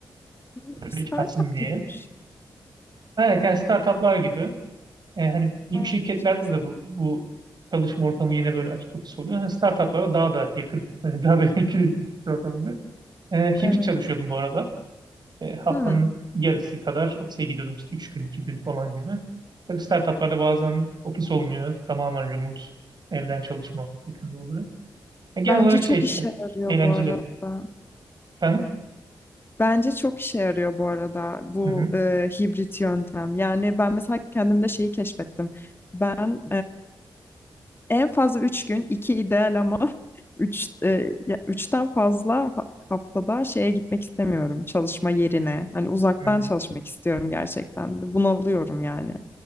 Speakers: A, on the left; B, on the right.
A: Hmm, startup
B: hiç kaçsın diye.
A: gibi bir şey.
B: Evet yani startuplar gibi. E, hani büyük
A: Aa,
B: şirketlerde
A: çok güzel.
B: de bu, bu çalışma ortamı yine böyle açık ofis oluyor. Hani startuplara daha da yakın, <laughs> daha da yakın bir ortam oluyor. E, hibrit
A: Evet.
B: çalışıyordum bu arada. E, haftanın
A: Hmm,
B: yarısı kadar ofise gidiyordum işte 3 gün, 2 gün falan gibi. Tabii startuplarda bazen ofis olmuyor. Tamamen remote, evden çalışma şeklinde oluyor. E, genel
A: Bence
B: olarak
A: çok
B: şey,
A: işe yarıyor
B: e, eğlenceli.
A: bu arada.
B: Efendim?
A: Bence çok işe yarıyor bu arada bu
B: Hı hı.
A: e, hibrit yöntem. Yani ben mesela kendimde şeyi keşfettim. Ben En fazla 3 gün, 2 ideal ama <laughs> 3 üçten fazla ha- haftada şeye gitmek istemiyorum çalışma yerine. Hani uzaktan
B: Hı.
A: çalışmak istiyorum gerçekten. Ve Bunalıyorum yani.